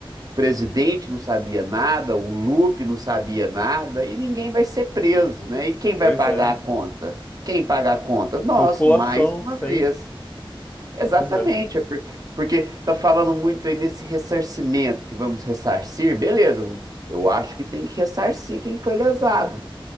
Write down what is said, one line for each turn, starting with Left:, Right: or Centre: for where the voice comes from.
Right: presidente não sabia nada, o Lupe não sabia nada, e ninguém vai ser preso, né? E quem vai
Left: pois
Right: pagar
Left: é.
Right: a conta? Quem pagar a conta? Nós,
Left: População,
Right: mais uma
Left: sempre.
Right: vez. Exatamente,
Left: Pois é,
Right: é porque, porque tá falando muito aí nesse ressarcimento, que vamos ressarcir, beleza, eu acho que tem que ressarcir quem foi lesado.